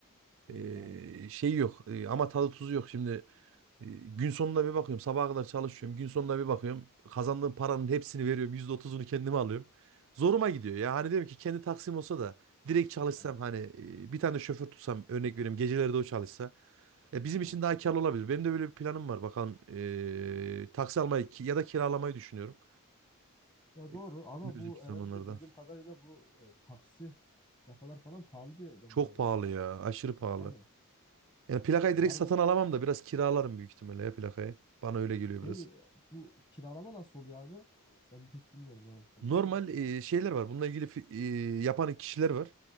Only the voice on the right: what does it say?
Ee,
şey yok ee, ama tadı tuzu yok şimdi. Ee, gün sonuna bir bakıyorum sabaha kadar çalışıyorum. Gün sonuna bir bakıyorum kazandığım paranın hepsini veriyorum. yüzde otuzunu kendime alıyorum. Zoruma gidiyor ya hani diyorum ki kendi taksim olsa da direkt çalışsam
hani e, bir tane şoför tutsam örnek vereyim geceleri de o çalışsa. E, bizim
için daha karlı olabilir. Benim de böyle bir planım var. Bakalım e, taksi almayı ki- ya da kiralamayı düşünüyorum.
E,
Önümüzdeki
zamanlarda.
Çok
pahalı
ya. Aşırı pahalı.
Yani plakayı
direkt
satın
alamam da biraz kiralarım büyük ihtimalle ya plakayı. Bana öyle geliyor
biraz.
Normal
e, şeyler var. Bununla ilgili fi- e, yapan kişiler var.